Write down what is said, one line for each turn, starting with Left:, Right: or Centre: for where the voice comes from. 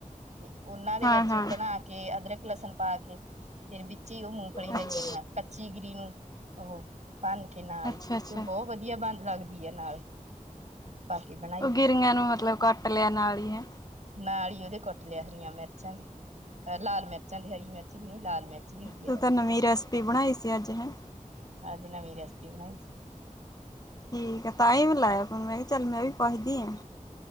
Right: ਤੇ ਉਹਨਾਂ ਦੇ
Left: ਹਾਂ-ਹਾਂ
Right: ਵਿੱਚ ਉਹ ਬਣਾ ਕੇ ਅਦਰਕ ਲਸਣ ਪਾ ਕੇ ਫਿਰ ਵਿੱਚ ਹੀ ਉਹ ਮੂੰਗਫਲੀ ਦੀ
Left: ਅੱਛ
Right: ਗਿਰੀਆਂ ਕੱਚੀ ਗਿਰੀ ਨੂੰ ਉਹ ਬੰਨ ਕੇ ਨਾਲ
Left: ਅੱਛਾ-ਅੱਛਾ
Right: ਹੀ ਤੇ, ਉਹ ਬਹੁਤ ਵਧੀਆ ਬਣ ਲੱਗਦੀ ਆ ਨਾਲ। ਪਾ ਕੇ ਬਣਾ <unintelligible>
Left: ਉਹ ਗਿਰਆਂ ਨੂੰ ਮਤਲਬ ਕੱਟ ਲੈਣ ਵਾਲੀ ਹੈ।
Right: ਨਾਲ ਹੀ ਉਹਦੇ ਕੁੱਟ ਲਿਆ ਹਰੀਆਂ ਮਿਰਚਾਂ ਦੇ ਲਾਲ ਮਿਰਚਾਂ ਦੀ ਹਰੀ ਮਿਰਚ। ਵਿੱਚ ਨੀ, ਲਾਲ ਮਿਰਚ ਵੀ ਵਧੀਆ
Left: ਤੂੰ ਤਾਂ
Right: ਲਗਦੀ।
Left: ਨਵੀਂ ਰੈਸਪੀ ਬਣਾਈ ਸੀ ਅੱਜ ਹੈਂ।
Right: ਅੱਜ ਨਵੀ ਰੈਸਿਪੀ ਬਣਾਈ ਸੀ
Left: ਠੀਕ ਹੈ ਤਾਂ ਹੀ ਮੈ ਲਾਇਆ ਫੋਨ ਮੈਂ ਕਿਹਾ ਚੱਲ ਮੈਂ ਵੀ ਪੁੱਛਦੀ ਹਾਂ।